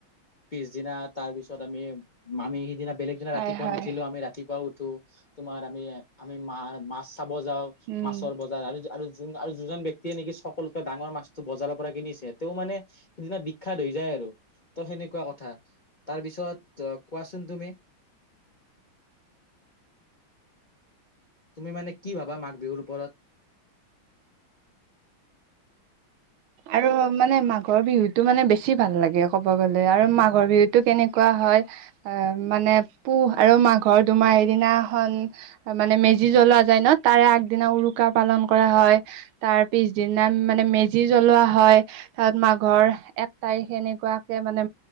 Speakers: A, on the left; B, on the right.
A: পিছদিনা তাৰ পিছত আমি আমি সিদিনা বেলেগ দিনা
B: হয়
A: ৰাতিপুৱা
B: হয়
A: নুঠিলো আমি ৰাতিপুৱাও উঠো তোমাৰ আমি আমি মা মাছ চাব যাওঁ।
B: উম
A: মাছৰ বজাৰ আৰু আৰু যোন-জন ব্যক্তিয়ে নেকি সকলোকে ডাঙৰ মাছ বজাৰৰ পৰা কিনিছে তে মানে সেইদিনা বিখ্যাত হৈ যায় আৰু ত সেনেকুৱা কথা। তাৰ পিছত অ কোৱাচোন তুমি? তুমি মানে কি ভাবা মাঘ বিহুৰ ওপৰত?
B: আৰু মানে মাঘৰ বিহুতটো মানে বেছি ভাল লাগে ক'ব গলে আৰু মাঘৰ বিহুতটো কেনেকুৱা হয়, আহ মানে পুহ আৰু মাঘৰ দুমাহি দিনাখন মানে মেজি জ্বলোৱা যায় ন তাৰে আগদিনা উৰুকা পালন কৰা হয়, তাৰ পিছদিনা মানে মেজি জ্বলোৱা হয় তাত মাঘৰ এক তাৰিখ সেনেকুৱাকে মানে,